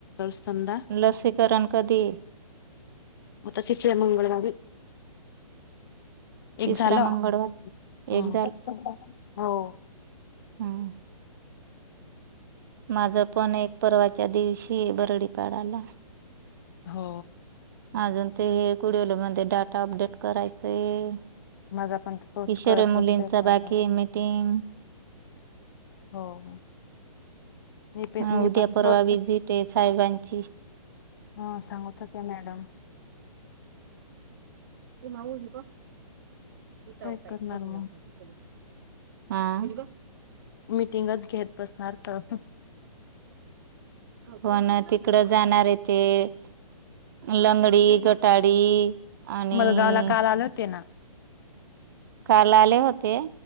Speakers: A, on the left; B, on the right.
A: स्तनदा
B: लसीकरण कधी
A: म शिशर मंगळारी एक
B: तिसरा
A: झालं
B: मंगळवार
A: हो
B: एक हम्म माझं पण एक परवाच्या दिवशी ह बरोडी पाडाला
A: हो
B: हज ते कुडवल मध्ये डाटा अपडेट करायचंय
A: माझा पण तोच
B: कशर्
A: करत बसतोय
B: मुलींचा
A: काय
B: बाकी
A: काय
B: मीटिंग
A: हो मी प
B: ह
A: मी
B: उद्या
A: पण
B: परवा
A: तोच
B: विजिट आहे साहेबांची प े
A: हा सांगत होत्या मॅडम
B: ते माऊ आली बग हिताव
A: काय
B: काही
A: करणार
B: प
A: मग
B: नाही हा
A: मिीटिंगच घेत बसणार तर
B: पण तिकडं जाणार आहे ते लंगडी गटाडी आणि
A: मुलगावला काल आल होते ना
B: काल आले होते